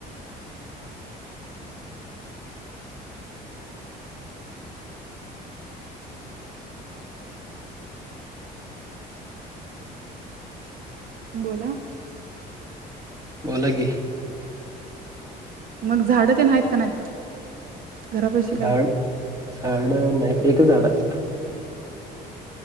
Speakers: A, on the right; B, on the right.
A: बोला!
B: बोला की.
A: मग झाड ते नाहीत कां नाहीत. घरापाशी काय
B: झाड, झाडं नाही एकच झाड हाय.